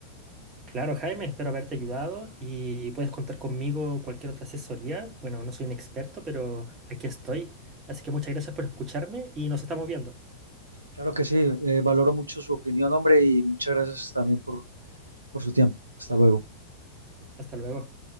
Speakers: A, on the right (about 30°); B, on the right (about 80°).
A: Claro, Jaime, espero haberte ayudado y puedes contar conmigo cualquier otra asesoría. Bueno, no soy un experto, pero aquí estoy. Así que muchas gracias por escucharme y nos estamos viendo.
B: Claro que sí. eh, valoro mucho su opinión, hombre, y muchas gracias también por, por su tiempo. Hasta luego.
A: Hasta luego.